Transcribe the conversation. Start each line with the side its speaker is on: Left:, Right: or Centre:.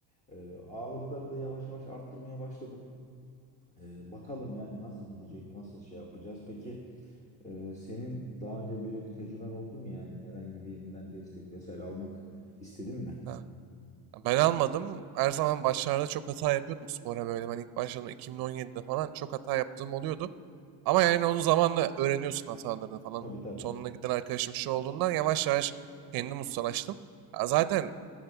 Left: E, ağırlıkları da yavaş yavaş arttırmaya başladım. E, bakalım yani nasıl gidecek, nasıl şey yapacağız. Peki ee, senin daha önce böyle bir tecrüben oldu mu yani herhangi bir yerinden destek vesaire almak istedin mi?
Right: Ha. Ya Ben almadım. Her zaman başlarda çok hata yapıyordum spora böyle. Ben ilk başladığımda 2017'de falan çok hata yaptığım oluyordu. Ama yani onun zamanla öğreniyorsun hatalarını falan.
Left: Tabii tabii.
Right: Sonuna giden arkadaşım şu olduğundan yavaş yavaş kendimi ustalaştım. Ya zaten